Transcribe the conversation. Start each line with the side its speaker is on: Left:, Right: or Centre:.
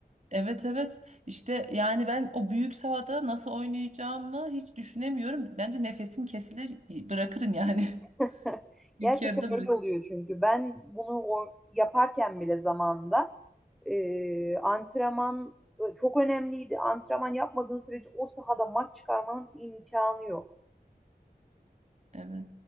Right: Evet evet işte yani ben o büyük sahada nasıl oynayacağımı hiç düşünemiyorum. Bence nefesim kesilir bırakırım yani.
Centre: <laughs>
Right: <laughs> İlk
Centre: Gerçekten
Right: yarıda bırakırım.
Centre: öyle oluyor çünkü. Ben bunu o yaparken bile zamanında e, antrenman e, çok önemliydi. Antrenman yapmadığın sürece o sahada maç çıkarmanın imkanı yok.
Right: Evet.